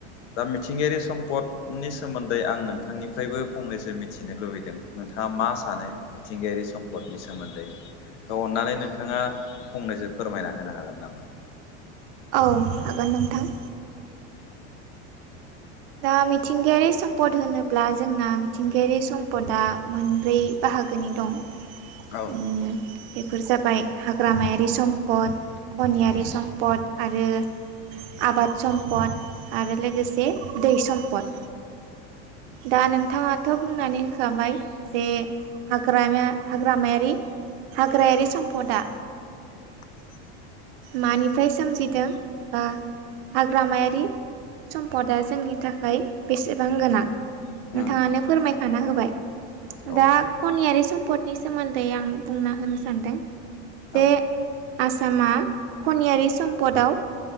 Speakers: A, on the left (about 80°); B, on the right (about 55°).
A: दा मिथिंगायारि सम्पदनि सोमोन्दै आं नोंथांनिफ्रायबो फंनैसो मिथिनो लुबैदों नोंथाङा। मा सानो मिथिंगायारि सम्पदनि सोमोन्दै औ अननानै नोंथाङा फंनैसो फोरमायना होनो हागोन नामा?
B: औ हागोन नोंथां। दा मिथिंगायारि सम्पद होनोब्ला जोंना मिथिंगायारि सम्पदा। मोनब्रै बाहागोनि दं।
A: औ
B: ओम बेफोर जाबाय हाग्रामायारि सम्पद खनियारि
A: उम
B: सम्पद आरो आबाद सम्पद आरो लोगोसे दै सम्पद दा नों थाङाथ' बुंनानै होखाबाय जे हागामा हाग्रामायारि हाग्रायारि सम्पदआ
A: <inaudible>
B: मानिफ्राय सोमजिदों बा हाग्रामायारि सम्पदा जोंनि थाखाय बेसेबां गोनां।
A: उम
B: नोंथाङानो फोरमायखाना होबाय
A: औ
B: दा खनियारि सम स्पदनि सोमोन्दै आं बुंना होनो सानदों
A: औ
B: जे आसामा खनियारि सम्पदाव